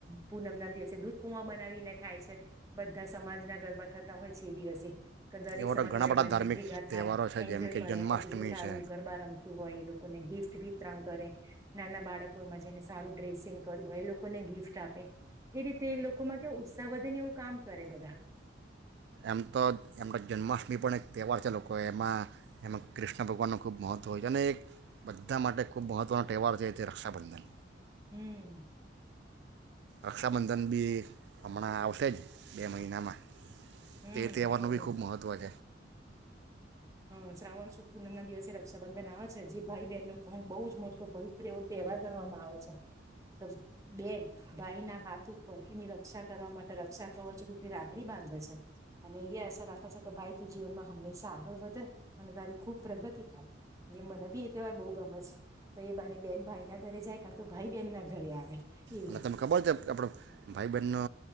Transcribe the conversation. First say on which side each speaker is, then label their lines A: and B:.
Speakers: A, on the right; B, on the right.
A: પૂનમ ના દિવસે દૂધ પૂવા બનાવીને ખાય છે બધા સમાજ ના ગરબા થતા હોય છે એ દિવસે કે દરેક
B: એવા
A: સમાજ
B: તો ઘણા
A: વાળા
B: બધા
A: એ બને
B: ધાર્મિક
A: ભેગા
B: તહેવારો
A: થાય
B: છે
A: એન્જોય
B: જેમ કે
A: કરે
B: જન્માષ્ટમી
A: પછી જે સારું
B: છે
A: ગરબા રમતું હોય એ લોકોને ગિફ્ટ વિતરણ કરે નાના બાળકોમાં જેને સારું ડ્રેસિંગ કર્યું હોય એ લોકોને ગિફ્ટ આપે એ રીતે લોકોમાં કે ઉત્સાહ વધે ને એવું કામ કરે બધા
B: એમ તો એમનો જન્માષ્ટમી પણ એક તહેવાર છે લોકો એમાં એમાં કૃષ્ણ ભગવાનનું ખૂબ મહત્ત્વ હોય છે અને એક બધા માટે ખૂબ મહત્ત્વનો તહેવાર છે રક્ષાબંધન
A: હમ
B: રક્ષાબંધન બી હમણાં આવશે જ બે મહિનામાં
A: હમ
B: તે તહેવારનું
A: ઓગણ
B: બી ખૂબ મહત્ત્વ છે
A: હ શ્રાવણ સુદ પૂનમ ના દિવસે રક્ષાબંધન આવે છે જે ભાઈ બહેન ન બહુ જ મોટો પવિત્ર તે એવા ગણવામાં આવે છે કે બેન ભાઈ ના હાથ ઉપર એની રક્ષા કરવા માટે રક્ષા કવચ રૂપી રાખડી બાંધે છે અને એવી આશા રાખે છે કે ભાઈ તું જીવનમાં હંમેશા આગળ વધે અને તારી ખુબ પ્રગતિ થાય એટલે મને બી એ તહેવાર બહુ ગમેત છે કે એ બાને બેન ભાઈ ના ઘરે જાય કારણ તો ભાઈ બેન ના ઘરે આવે એવું
B: અને તમને ખબર છે આપણો ભાઈ બહેનનો